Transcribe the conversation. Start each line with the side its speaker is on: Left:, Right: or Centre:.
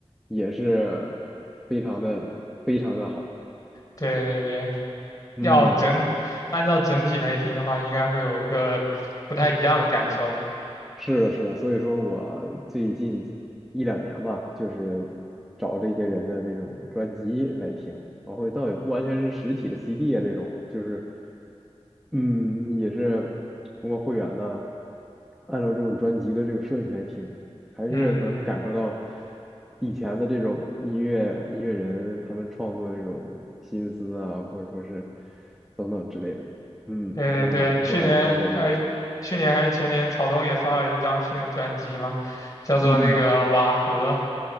Centre: 也是非常的非常的好。
Left: 对对对，要整，
Centre: 嗯。
Left: 按照整体来听的话，应该会有一个不太一样的感受。
Centre: 是的，是的，所以说我最近一两年吧，就是找这些人的这种专辑来听，然后倒也不完全是实体的 CD 啊，这种就是，嗯，也是通过会员呢，按照这种专辑的这个顺序来听，还是能感受到
Left: 嗯，
Centre: 以前的这种音乐音乐人他们创作的这种心思啊，或者说是等等之类的，嗯，
Left: 对对对，
Centre: 还是蛮不错的，
Left: 去年还是去年还是前年，
Centre: 按专辑来听
Left: 草东也发了一张新的专辑嘛，叫做那个《瓦合》，
Centre: 嗯，